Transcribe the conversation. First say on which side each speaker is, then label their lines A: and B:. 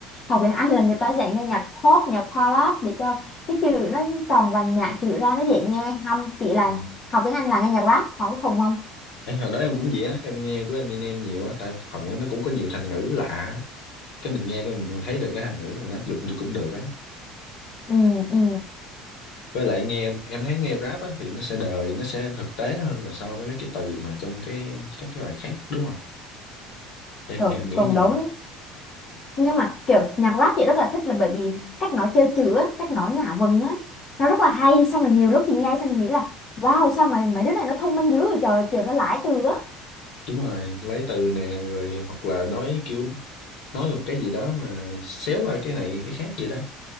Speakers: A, on the left; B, on the left.
A: học tiếng Anh là người ta sẽ nghe nhạc pop nhạc ballad để cho cái chữ nó tròn vành nhạc chữ ra nó dễ nghe không chị là
B: ừ.
A: học tiếng Anh là nghe nhạc rap họ cũng không không
B: Ê, hồi đó em cũng vậy á em nghe của Eminem nhiều á tại phần á, nó cũng có nhiều thành ngữ lạ á. cái mình nghe cái mình thấy được cái thành ngữ đó mình áp dụng được cũng được á
A: ừ ừ
B: với lại nghe em thấy nghe rap á thì nó sẽ đời nó sẽ thực tế hơn là so với mấy cái từ mà trong cái các cái bài khác đúng không em
A: cộng
B: thì em nghĩ
A: cộng
B: gì
A: đồng nhưng mà kiểu nhạc rap chị rất là thích là bởi vì cách nó chơi chữ á, cách nó nhả vần á nó rất là hay xong rồi nhiều lúc thì nghe xong thì nghĩ là wow sao mà mấy đứa này nó thông minh dữ vậy trời kiểu nó lãi từ á
B: đúng rồi lấy từ nè rồi hoặc là nói kiểu nói một cái gì đó mà xéo qua cái này cái khác gì đó